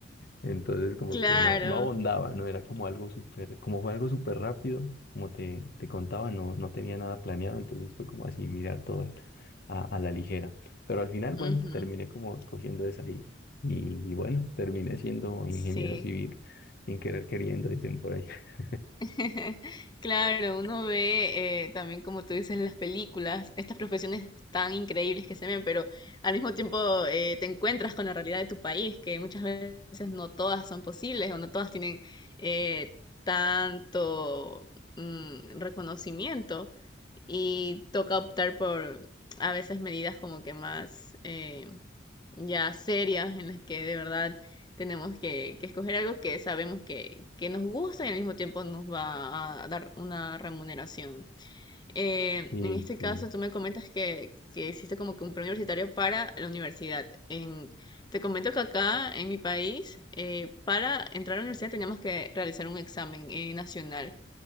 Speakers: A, on the left; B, on the left.
A: Entonces como
B: claro.
A: que no, no abondaba, no era como algo súper, como fue algo súper rápido, como te, te contaba, no, no tenía nada planeado, entonces fue como así mirar todo al- a, a la ligera. Pero al final, bueno,
B: ujú,
A: terminé como escogiendo esa y, y, y bueno, terminé siendo ingeniero
B: Sí.
A: civil, sin querer queriendo, dicen por ahí. <laughs>
B: <laughs> Claro, uno ve eh, también, como tú dices, las películas, estas profesiones tan increíbles que se ven, pero al mismo tiempo eh, te encuentras con la realidad de tu país, que muchas veces no todas son posibles o no todas tienen eh, tanto mm, reconocimiento y toca optar por a veces medidas como que más, eh, ya serias en las que de verdad tenemos que, que escoger algo que sabemos que, que nos gusta y al mismo tiempo nos va a dar una remuneración. Eh,
A: Sí,
B: en este caso,
A: sí,
B: tú me comentas que, que hiciste como que un preuniversitario para la universidad. En- te comento que acá en mi país, eh, para entrar a la universidad tenemos que realizar un examen eh, nacional